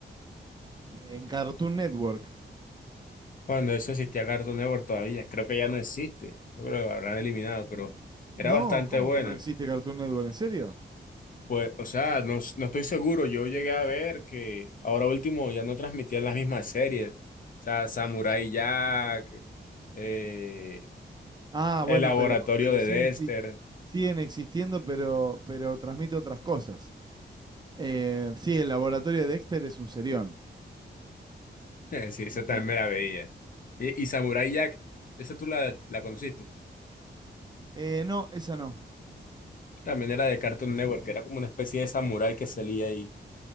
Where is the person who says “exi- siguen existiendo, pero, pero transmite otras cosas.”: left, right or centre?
Right